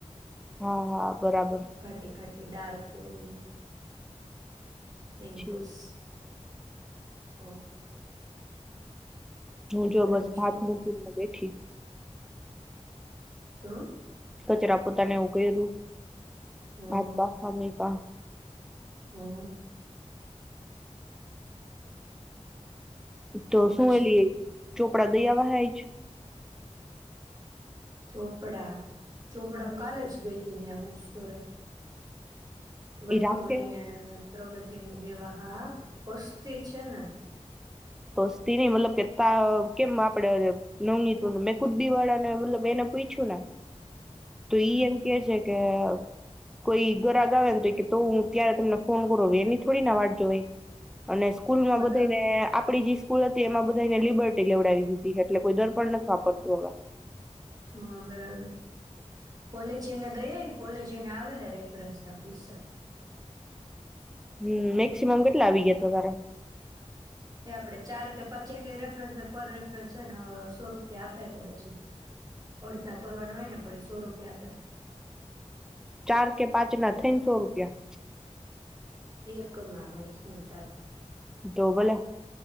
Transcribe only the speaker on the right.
ઘાટી ઘાટી ડાર્ક હોય એમ્બોઝ
હ
કઈ
બીજું
શું?
જો
હ.
પછી
ચોપડા. ચોપડા
હું કાલે જ ગઈત. ત્યાં બુક સ્ટોરે. વૈભવીને.
પ્રગતિ ન દેવા હા. પસ્તી છે ને.
હમ
મતલબ
હા બરાબર કોલેજ એને દઈ કોલેજ એને આવે હે રેફરન્સના પૈસા.
એ આપડે ચાર કે પાંચ જેટલી રેફરન્સ હો પર રેફરન્સ છેને સો રૂપિયા આપે કદાચી અડધા કરવાનું હોયને પણ એ સો રૂપિયા આપે.
એક ના આવે શું ચારથી.